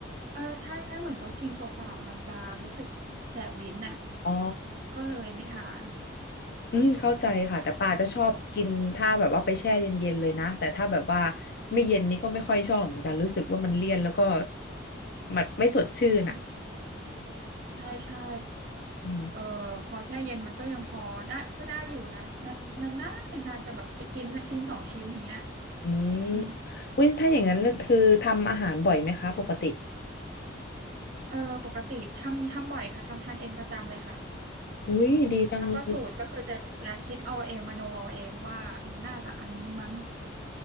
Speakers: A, on the right (about 45°); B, on the left (about 55°).
A: เออใช่ใช่เหมือนว่ากินเปล่าๆมันจะรู้สึกแสบลิ้นน่ะ
B: อ๋อ
A: ก็เลยไม่ทาน
B: อืมเข้าใจค่ะแต่ปาจะชอบกินถ้าแบบว่าไปแช่เย็นๆเลยนะแต่ถ้าแบบว่าไม่เย็นนี่ก็ไม่ค่อยชอบเหมือนกันรู้สึกว่ามันเลี่ยนแล้วก็มันไม่สดชื่นอ่ะ
A: อืมใช่ใช่
B: อืม
A: เออพอแช่เย็นมันก็ยังพอได้ก็ได้อยู่นะนานนานนานนานๆจะแบบจะกินสักชิ้นสองชิ้นอย่างเงี้ย
B: อืม
A: อืม
B: อุ้ยถ้าอย่างนั้นก็คือทำอาหารบ่อยไหมคะปกติ
A: เออปกติทำทำบ่อยค่ะทำทานเองประจำเลยค่ะ
B: อุ้ยดีจังเลย
A: แล้วก็สูตรก็คือจะจะคิดเอาเองมโนเอาเองว่าเออน่าจะอันนี้มั้ง